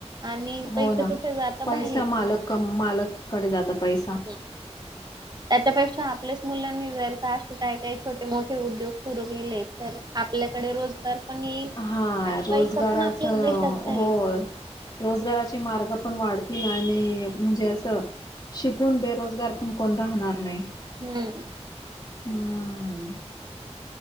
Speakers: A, on the right; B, on the left.
A: आणि पैसे
B: हो ना
A: कुठे जाता
B: पैसा
A: बाहेर
B: मालक मालककडे जात पैसा
A: त्याच्यापेक्षा आपल्याच मुलांनी जर का असे काय काही छोटे मोठे उद्योग सुरू केले तर आपल्याकडे रोजगार पण येईल
B: हा
A: आणि
B: रोजगाराचं
A: पैसा पण आपल्याच देशात राहील
B: हो रोजगाराचे मार्ग पण वाढत तिला आणि म्हणजे असं शिकून बेरोजगार पण कोण राहणार नाही
A: हम्म
B: हम